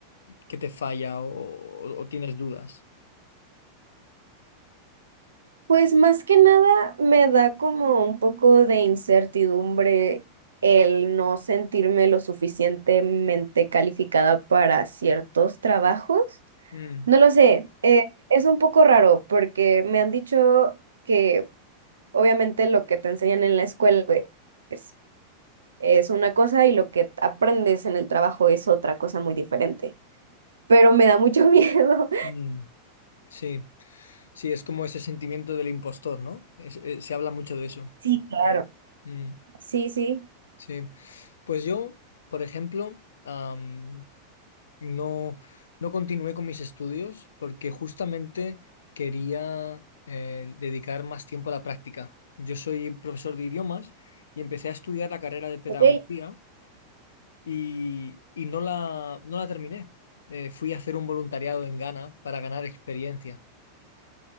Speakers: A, on the left; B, on the right.
A: que te falla o o- o tienes dudas?
B: Pues más que nada me da como un poco de incertidumbre el no sentirme lo suficientemente calificada para ciertos trabajos.
A: Mm,
B: No lo sé, eh, es un poco raro porque me han dicho que obviamente lo que te enseñan en la escuela pues, es es una cosa y lo que aprendes en el trabajo es otra cosa muy diferente. Pero me da mucho <laughs> miedo.
A: mm, sí, sí, es como ese sentimiento del impostor, ¿no? Es- eh, se habla mucho de eso.
B: Sí, claro.
A: Mm,
B: Sí, sí.
A: sí. Pues yo, por ejemplo, am, no, no continué con mis estudios porque justamente quería eh, dedicar más tiempo a la práctica. Yo soy profesor de idiomas y empecé a estudiar la carrera de pedagogía
B: Ok,
A: y, y no la, no la terminé. Eh, fui a hacer un voluntariado en Ghana para ganar experiencia.